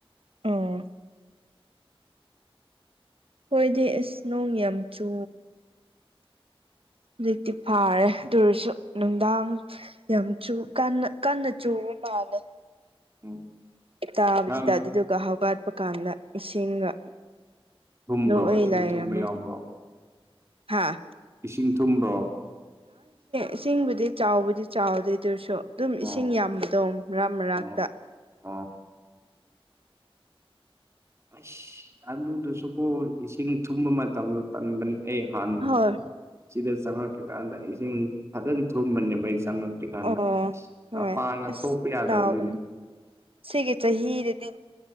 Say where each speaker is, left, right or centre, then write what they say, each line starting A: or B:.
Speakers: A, on the right; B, on the right.
A: ꯑꯣ ꯍꯣꯏꯗꯤ ꯑꯁ ꯅꯣꯡ ꯌꯥꯝ ꯆꯨ ꯍꯧꯖꯤꯛꯇꯤ ꯐꯥꯔꯦ ꯑꯗꯨ ꯑꯣꯢꯔꯁꯨ ꯅꯨꯡꯗꯥꯡ ꯌꯥꯝ ꯆꯨ ꯀꯟꯅ ꯀꯟꯅ ꯆꯨꯕ ꯃꯥꯜꯂꯦ
B: ꯎꯝ
A: ꯇꯥꯕꯁꯤ
B: ꯉꯔꯥꯡ
A: ꯇ ꯑꯗꯨꯗꯨꯒ ꯍꯧꯒꯠꯄ ꯀꯥꯟꯗ ꯏꯁꯤꯡꯒ
B: ꯊꯨꯝꯕ꯭ꯔꯣ
A: ꯑꯗꯨ ꯑꯩ
B: ꯏꯁꯤꯡ
A: ꯂꯩꯔꯝꯃꯦ
B: ꯊꯨꯝꯕ ꯌꯥꯎꯕ꯭ꯔꯣ
A: ꯍꯥꯥ
B: ꯏꯁꯤꯡ ꯊꯨꯝꯕ꯭ꯔꯣ
A: ꯏꯁꯤꯡꯕꯨꯗꯤ ꯆꯥꯎꯕꯨꯗꯤ ꯆꯥꯎꯗꯦ ꯑꯗꯨ ꯑꯣꯏꯔꯁꯨ ꯑꯗꯨꯝ ꯏꯁꯤꯡ
B: ꯑꯣ
A: ꯌꯥꯝꯕꯗꯣ ꯃꯔꯛ ꯃꯔꯥꯛꯇ
B: ꯑꯣ ꯑꯣ ꯑꯁ ꯑꯗꯨꯗꯨꯁꯨꯀꯣ ꯏꯁꯤꯡ ꯊꯨꯝꯕ ꯃꯇꯝꯗꯣ ꯇꯟꯕꯅꯦ ꯑꯩ ꯍꯥꯟ
A: ꯍꯣꯏ
B: ꯁꯤꯗ ꯆꯪꯉꯛꯛꯇ꯭ꯔꯀꯥꯟꯗ ꯏꯁꯤꯡ ꯐꯖꯅ ꯊꯨꯝꯕꯅꯦꯕ ꯑꯩ ꯆꯪꯉꯦ ꯍꯧꯖꯤꯛꯀꯥꯟꯗ
A: ꯑꯣ ꯍꯣꯏ
B: ꯃꯄꯥꯡꯒ
A: ꯑꯁ
B: ꯊꯣꯛꯄ ꯌꯥꯗꯕꯗꯨꯅꯤ
A: ꯇꯥꯎꯕꯅꯤ ꯁꯤꯒꯤ ꯆꯍꯤꯗꯗꯤ